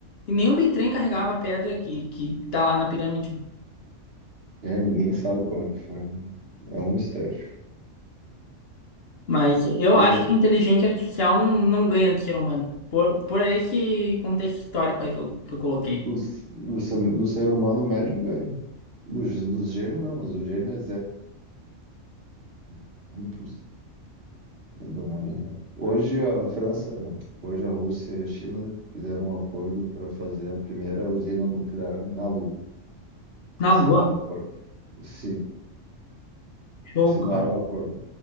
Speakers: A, on the left; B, on the right.
A: E nenhum bitrem carregava a pedra que, que tá lá na pirâmide.
B: é, ninguém sabe como é que foi, né? É um mistério.
A: Mas eu
B: Hoje,
A: acho que a inteligência artificial não, não ganha do ser humano. Por, por esse contexto histórico aí que eu, que eu coloquei.
B: do, do, ser do ser humano médio ganha. dos dos gênios não, mas o gênio é um 0,01%. da humanidade. Hoje a França, hoje a Rússia e a China fizeram um acordo para fazer a primeira usina nuclear na Lua.
A: Na
B: Assinaram
A: Lua,
B: o acordo. Sim,
A: show,
B: assinaram
A: cara.
B: o acordo.